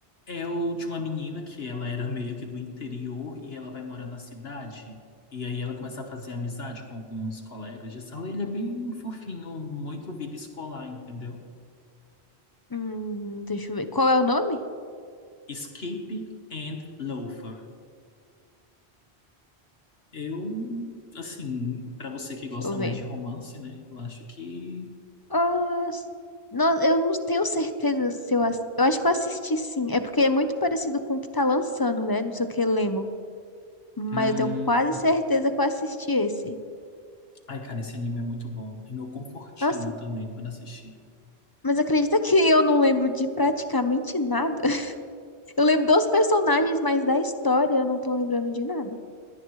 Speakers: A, on the left; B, on the left.
A: É o de uma menina que ela era meio que do interior e ela vai morar na cidade. E aí ela começa a fazer amizade com alguns colegas de sala. Ele é bem fofinho, muito vida escolar, entendeu?
B: Hum, deixa eu ver. Qual é o nome?
A: Skip and Loafer. Eu, assim, pra você que gosta
B: Deixa eu
A: mais
B: ver.
A: de romance, né? Eu acho que.
B: Ah, s- no- eu não tenho certeza se eu... ass- Eu acho que eu assisti sim. É porque é muito parecido com o que tá lançando, né? Não sei o que, Lemon. Mas
A: Hum...
B: eu tenho quase certeza que eu assisti esse.
A: Ai, cara, esse anime é muito bom. É meu confortinho
B: Nossa,
A: também para assistir.
B: mas acredita que <laughs> eu não lembro de praticamente nada? <laughs> Eu lembro dos personagens, mas da história eu não tô lembrando de nada.